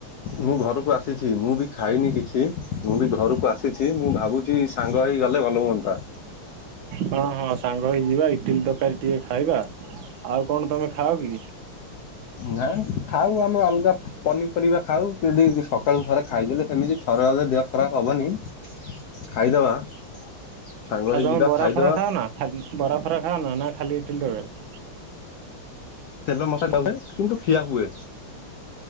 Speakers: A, on the left (about 75°); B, on the right (about 70°).
A: ମୁଁ ଘରୁକୁ ଆସିଛି ମୁଁ ବି ଖାଇନି କିଛି ମୁଁ ବି ଘରକୁ ଆସିଛି ମୁଁ ଭାବୁଚ୍ ଚି ସାଙ୍ଗ ହେଇ ଗଲେ ଭଲ ହୁଅନ୍ତା।
B: ହଁ ହଁ ସାଙ୍ଗ ହେଇଯିବା ଇଟିଲି ତରକାରୀ ଟିକେ ଖାଇବା, ଆଉ କଣ ତମେ ଖାଅ କି?
A: ନାଇଁ ଖାଉ ଆମେ ଅଲଗା ପନିପରିବା ଖାଉ ଯଦି ସକାଳୁ ଥରେ ଖାଇଦେଲେ ସେମିତି ଥରେ ଅଧେ ଦେହ ଖରାପ୍ ହବନି ଖାଇଦବା ସାଙ୍ଗ
B: ଆଉ
A: ହେଇ
B: ତମେ
A: ଯିବା
B: ବରା
A: ଖାଇଦବା।
B: ଫରା ଖାଅ ନା ଖାଲି ବରା ଫରା ଖାଅନା ନା ଖାଲି ଇଟଲି ତରକାରୀ?
A: ତେଲ <inaudible> କିନ୍ତୁ ଖିଆ ହୁଏ।